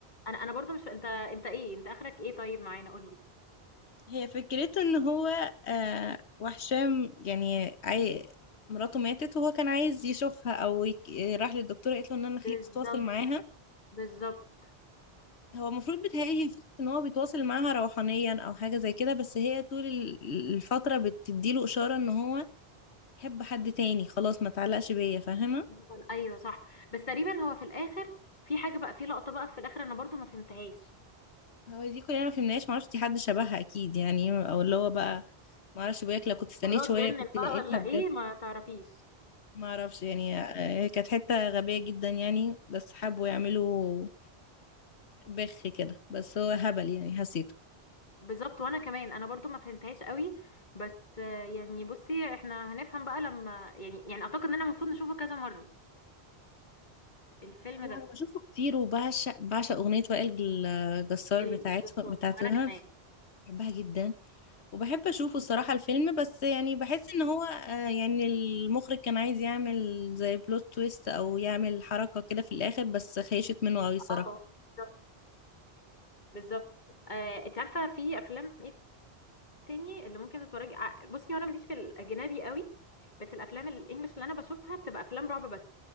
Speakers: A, on the left; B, on the left.
A: أنا أنا برضه مش فا... أنت أنت إيه أنت آخرك إيه طيب معانا قولي
B: هي فكرته ان هو آه وحشام يعني عاي... مراته ماتت وهو كان عايز يشوفها او يك... راح للدكتوره قالت له ان انا خليك
A: بالظبط
B: تتواصل معاها
A: بالظبط
B: هو المفروض بيتهيألي هي فكرة ان هو بيتواصل معاها روحانيا او حاجه زي كده بس هي طول ال- الفتره بتديله اشاره ان هو حب حد تاني خلاص ما تعلقش بيا فاهمه
A: هتفضل- أيوه صح بس تقريبا هو في الآخر في حاجة بقى في لقطة بقى في الآخر أنا برضه ما فهمتهاش
B: هو دي كلنا ما فهمناش معرفش دي حد شبهها اكيد يعني او اللي هو بقى معرفش بقولك لو كنت استنيت
A: مرات
B: شوية
A: اتجنن
B: كنت
A: بقى
B: لقيتها
A: ولا
B: بجد
A: إيه ما تعرفيش
B: معرفش يعني آه، كانت حتة غبية جدا يعني بس حبوا يعملوا بخ كده بس هو هبل يعني حسيته
A: بالظبط وانا كمان انا برضو ما فهمتهاش قوي بس آه، يعني بصي احنا هنفهم بقى لما يعني يعني اعتقد ان انا المفروض نشوفه كذا مرة الفيلم
B: انا
A: ده
B: أنا بشوفه كتير وبعشق بعشق اغنية وائل الجسار
A: الجسار
B: بتاعتها بتاعتها
A: وانا كمان
B: بحبها جدا وبحب اشوفه الصراحة الفيلم بس يعني بحس ان هو آه، يعني المخرج كان عايز يعمل زي بلوت تويست او يعمل حركة كده في الاخر بس خيشت منه قوي الصراحة
A: اه بالظبط بالظبط آه، انت عارفة في افلام ايه تاني اللي ممكن تتفرجي ع- بصي وانا ماليش في الاجنبي قوي بس الافلام الانجليش اللي انا بشوفها بتبقى افلام رعب بس